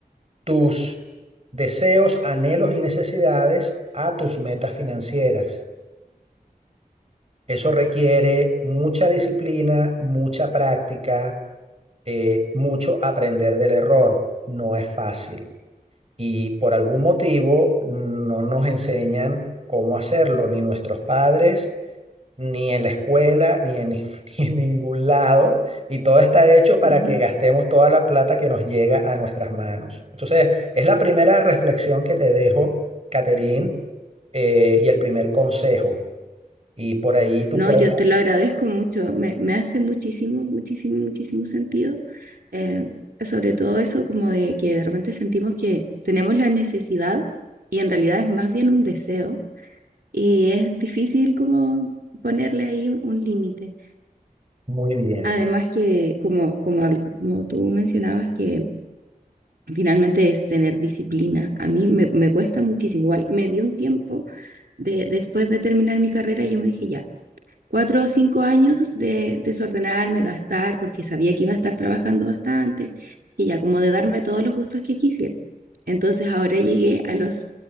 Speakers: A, on the right; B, on the right.
A: tus deseos, anhelos y necesidades a tus metas financieras. Eso requiere mucha disciplina, mucha práctica, eh, mucho aprender del error. No es fácil. Y por algún motivo no nos enseñan cómo hacerlo, ni nuestros padres, ni en la escuela, ni en, <laughs> ni en ningún lado. Y todo está hecho para
B: Ujú.
A: que gastemos toda la plata que nos llega a nuestras manos. Entonces, es la primera reflexión que te dejo, Caterín, eh, y el primer consejo. Y por ahí tú
B: No,
A: puedes...
B: yo te lo agradezco mucho, me, me hace muchísimo, muchísimo, muchísimo sentido, eh, sobre todo eso como de que de repente sentimos que tenemos la necesidad y en realidad es más bien un deseo y es difícil como ponerle ahí un, límite.
A: Muy bien.
B: Además que como, como, habl- como tú mencionabas que finalmente es tener disciplina, a mí me, me cuesta muchísimo, igual me di un tiempo de, después de terminar mi carrera y yo me dije ya. cuatro o cinco años de desordenarme, gastar, porque sabía que iba a estar trabajando bastante y ya como de darme todos los gustos que quisiera. Entonces ahora llegué a los